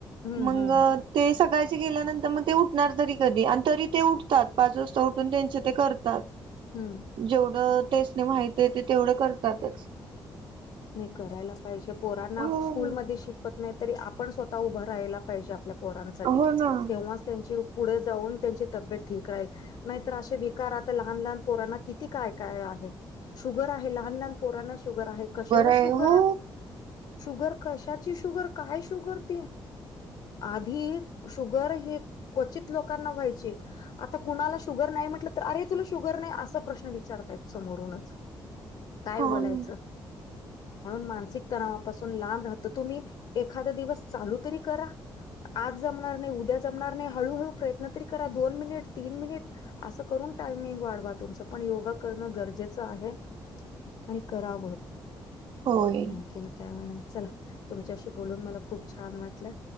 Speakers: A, on the left (about 55°); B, on the right (about 75°).
A: हम्म
B: मग
A: हम्म
B: ते सकाळचे गेल्यानंतर मग ते उठणार तरी कधी आणि तरी ते उ पाच वाजता उठून त्यांचे ते करतात.
A: हम्म.
B: जेवढं त्यासनी माहती येत तेवढं करतातच.
A: नाही करायला पाहिजे पोरांना
B: हो
A: स्कूलमध्ये शिकवत नाही तरी आपण स्वतः उभं राहायला पाहिजे आपल्या पोरांसाठी
B: हो ना
A: तेव्हाच त्यांची पुढे जाऊन त्यांची तब्येत ठीक राहील. नाहीतर असे विकार आता लहान, लहान पोरांना किती काय, काय आहे. शुगर आहे लहान, लहान पोरांना शुगर आहे कशाला
B: आहे
A: शुगर
B: हो
A: शुगर कशाची, शुगर काय, शुगर ते. आधी शुगर हे क्वचित लोकांना व्हायची. आता कुणाला शुगर नाही म्हटलं तर अरे तुला शुगर नाही असा प्रश्न विचारतायत समोरूनच. काय
B: हो
A: बोलायचं.
B: ना
A: म्हणून मानसिक तणावापासून लांब राहत तुम्ही एखादा दिवस चालू तरी करा. आज जमणार नाही, उद्या जमणार नाही हळूहळू प्रयत्न तरी करा दोन मिनिट, तीन मिनिट, असं करून टायमिंग वाढवा तुमच पण योगा करणं गरजेचं आहे. आणि करावं.
B: होय.
A: आणि काय मॅडम चला तुमच्याशी बोलून मला खूप छान वाटलं